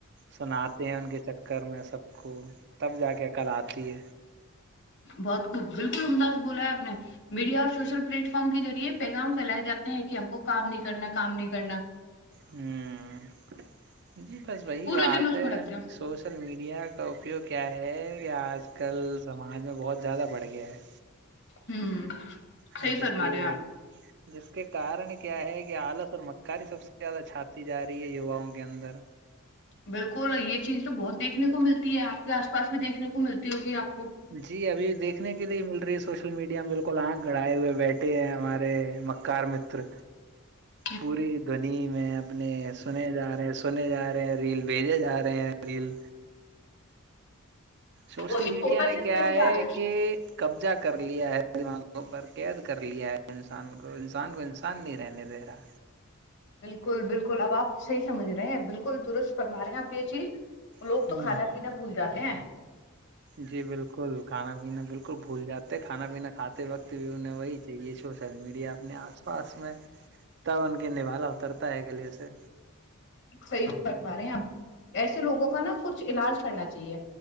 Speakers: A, on the right (about 55°); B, on the left (about 60°).
A: سناتے ہیں ان کے چکر میں سب کو تب جا کے عقل آتی ہے
B: بہت خوب بالکل عمدہ بولا ہے آپ نے میڈیا اور سوشل پلیٹ فارم کے ذریعے پیغام پھیلائے جاتے ہیں کہ ہم کو کام نہیں کرنا کام نہیں کرنا
A: ہوں جی بس وہی
B: پورے
A: بات
B: دن اس
A: ہے
B: میں لگتے ہیں
A: سوش ل میڈیا کا اپیوگ کیا ہے کہ آج کل سماج میں بہت زیادہ بڑھ گیا ہے
B: ہوں
A: اور
B: صحیح
A: جس
B: فرما
A: کے
B: رہے ہیں آپ
A: جس کے کارن کیا ہے کہ آلس اور مکاری سب سے زیادہ چھاتی جا رہی ہے یواؤں کے اندر
B: بالکل یہ چیز تو بہت دیکھنے کو ملتی ہے آپ کے آس پاس بھی دیکھنے کو ملتی ہوگی آپ کو
A: جی ابھی دیکھنے کے لیے مل رہی ہے سوشل میڈیا میں بالکل آنگ گڑھائے ہوئے بیٹھے ہیں ہمارے کار متر
B: <inaudible>
A: پوری دونی میں اپنے سنے جا رہے ہیں سنے جا رہے ہیں ریل بھیجے جا رہے ہیں ریل سوشل
B: وہ بھی چھوٹا
A: میڈیا نے
B: جس
A: کیا
B: میں انسان
A: ہے کہ قبضہ کر لیا ہے دماغوں پر قید کر لیا ہے انسان کو انسان کو انسان نہیں رہنے دے رہا
B: بالکل بالکل اب آپ صحیح سمجھ رہے ہیں بالکل درست فرما رہے ہیں آپ یہ چیز لوگ
A: ہے۔
B: تو کھانا
A: ہوں
B: پینا بھول جاتے ہیں
A: جی بالکل کھانا پینا بالکل بھول جاتے کھانا پینا کھاتے وقت بھی انہیں وہی یہ سوشل میڈیا اپنے آس پاس میں تب ان کے نوالہ اترتا ہے گلے سے
B: صحیح فرمارہے ہیں آپ ایسے لوگوں کا نا کچھ علاج کرنا چاہیے